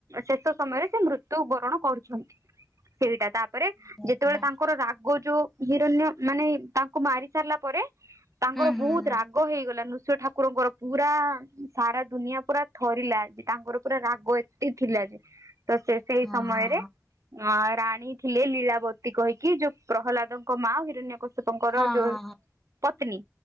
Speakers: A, on the right (about 70°); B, in the centre.
A: ଶେଷ ସମୟରେ ସେ ମୃତ୍ୟୁ ବରଣ କରୁଛନ୍ତି। ସେଇଟା ତାପ ପରେ
B: ହୋ
A: ଯେତେବେଳେ
B: ହୋ।
A: ତାଙ୍କର ରାଗ ଯୋଉ ହିରଣ୍ୟ ମାନେ ତାଙ୍କୁ ମାରି ସାରିଲା ପରେ ତାଙ୍କର
B: ହୁଁ
A: ବହୁତ
B: ହୁଁ ହୁଁ
A: ରାଗ ହେଇଗଲା ନୃସିଂହ ଠାକୁରଙ୍କର। ପୁରା ସାରା ଦୁନିଆ ପୁରା ଥରିଲା ଯେ ତାଙ୍କର ପୁରା ରାଗ ଏତେ ଥିଲା ଯେ, ତ ସେ ସେଇ
B: ହଁ
A: ସମୟରେ
B: ହଁ
A: ଅ ରାଣୀ ଥିଲେ ଲୀଳାବତୀ କହିକି ଯୋଉ ପ୍ରହ୍ଲାଦଙ୍କ ମା ହିରଣ୍ୟ କ ଶ୍ୟପଙ୍କର
B: ହଁ
A: ଯୋଉ
B: ହଁ ହଁ
A: ପତ୍ନୀ